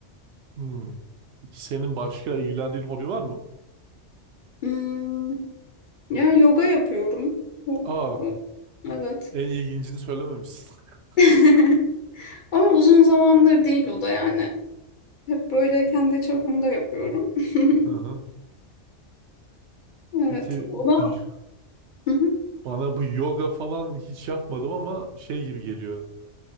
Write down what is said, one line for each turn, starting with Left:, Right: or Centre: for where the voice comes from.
Right: Hmm. Peki senin başka ilgilendiğin hobi var mı?
Left: Hmm, yani yoga yapıyorum. Bu-
Right: Aa,
Left: bu- Evet.
Right: en ilgincini söylememişsin. <laughs>
Left: <laughs> Ama uzun zamandır değil o da yani. Hep böyle kendi çapımda yapıyorum. <laughs>
Right: Hı hı.
Left: Evet.
Right: Peki
Left: O da
Right: bi-
Left: <laughs>
Right: bana bu yoga falan hiç yapmadım ama şey gibi geliyor.